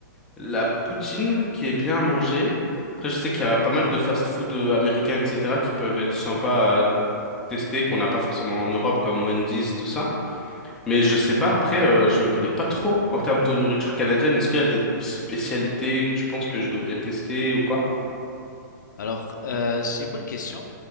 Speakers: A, in the centre; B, on the left (about 70°).
A: la poutine qui est bien à manger. Après, je sais qu'il y a pas mal de fast-food euh, américains, etc., qui peuvent être sympas à tester, qu'on n'a pas forcément en Europe, comme Wendy's, tout ça. Mais je sais pas, après, euh, je m'y connais pas trop en termes de nourriture canadienne. Est-ce qu'il y a des spécialités que tu penses que je devrais tester ou quoi?
B: Alors, euh, c'est une bonne question.